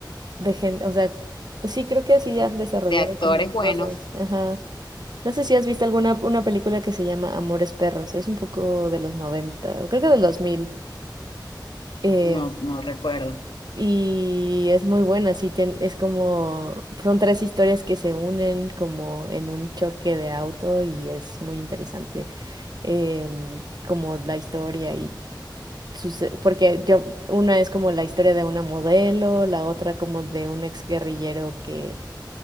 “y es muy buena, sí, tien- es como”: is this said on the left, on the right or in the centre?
Right